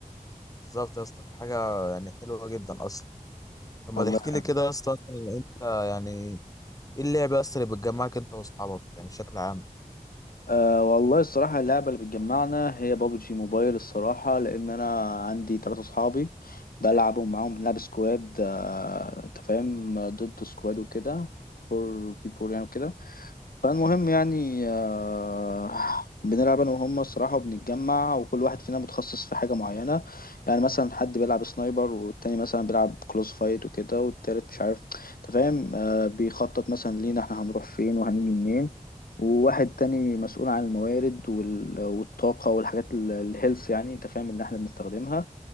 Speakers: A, on the left; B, on the left.
A: بالظبط يا اسطى حاجة يعني حلوة جدا اصلا طب ما
B: والله
A: تحكي لي كده يا اسطى اصلا انت يعني ايه اللعبه اصلا اللي بتجمعك انت واصحابك يعني بشكل عام
B: أه والله الصراحة اللعبة اللي بتجمعنا هي بابجي موبايل الصراحة لأن أنا عندي تلاتة صحابي بلعبهم معاهم بنلعب سكواد أه أنت فاهم ضد سكواد وكده فور في فور يعني وكده فالمهم يعني آه، بنلعب انا وهم الصراحه وبنتجمع وكل واحد فينا متخصص في حاجه معينه يعني مثلا حد بيلعب سنايبر والتاني مثلا بيلعب كلوز فايت وكده والتالت مش عارف انت فاهم آه، بيخطط مثلا لينا احنا هنروح فين وهنيجي منين وواحد تاني مسؤول عن الموارد وال- والطاقه والحاجات ال- الهيلث يعني انت فاهم ان احنا بنستخدمها